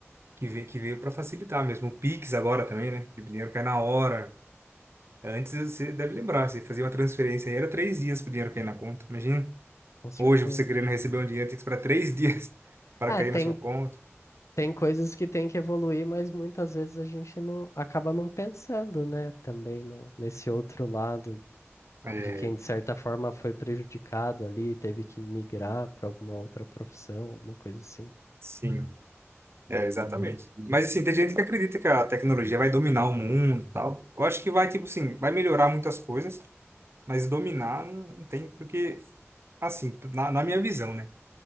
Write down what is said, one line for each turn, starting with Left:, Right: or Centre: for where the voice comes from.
Right: Que veio, que veio para facilitar mesmo. O Pix agora também, né? Que o dinheiro cai na hora. Antes você deve lembrar, você fazia uma transferência aí, era três dias para o dinheiro cair na conta. Imagina,
Left: com certeza.
Right: hoje você querendo receber um dinheiro, tem que esperar três dias <laughs> para
Left: É,
Right: cair
Left: tem,
Right: na sua conta.
Left: tem coisas que tem que evoluir, mas muitas vezes a gente não acaba não pensando, né? Também no, nesse outro lado
Right: É,
Left: de quem, de certa forma, foi prejudicado ali, teve que migrar para alguma outra profissão, alguma coisa assim.
Right: sim, é, exatamente. Mas assim, tem gente que acredita que a tecnologia vai dominar o mundo e tal. Eu acho que vai, tipo assim, vai melhorar muitas coisas, mas dominar não não tem, porque, assim, na, na minha visão, né?